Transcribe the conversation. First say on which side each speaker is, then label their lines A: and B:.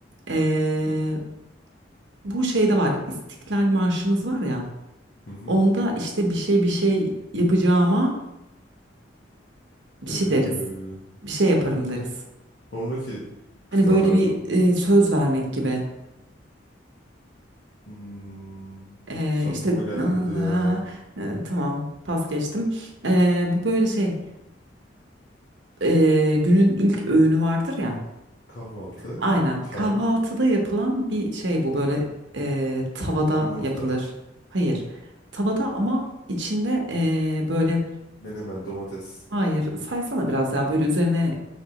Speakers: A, on the right (about 85°); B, on the left (about 65°).
A: Ee, bu şeyde var. İstiklal Marşımız var ya.
B: Hı hı.
A: Onda işte bir şey bir şey yapacağıma bir
B: Ee,
A: şey deriz. Bir şey yaparım deriz.
B: sonraki
A: Hani
B: kıtalarda
A: böyle bir
B: mı?
A: e, söz vermek gibi.
B: Hmm,
A: E,
B: hiç aklıma
A: işte
B: gelmedi
A: "Aa,
B: ya.
A: e, tamam pas geçtim. E, bu böyle şey e, günün ilk öğünü vardır ya.
B: Kahvaltı,
A: Aynen
B: çay,
A: kahvaltıda yapılan bir şey bu böyle e, tavada
B: yumurta,
A: yapılır. Hayır tavada ama içinde e, böyle
B: menemen, domates,
A: hayır saysana biraz ya böyle üzerine